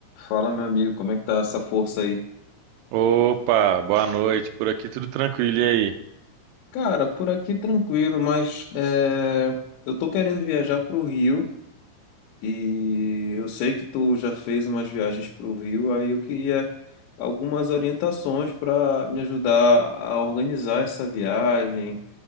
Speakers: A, on the left; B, on the right.
A: Fala, meu amigo, como é que tá essa força aí?
B: Opa, boa noite. Por aqui tudo tranquilo, e aí?
A: Cara, por aqui tranquilo, mas é, eu tô querendo viajar pro Rio e eu sei que tu já fez umas viagens pro Rio, aí eu queria algumas orientações para me ajudar a organizar essa viagem,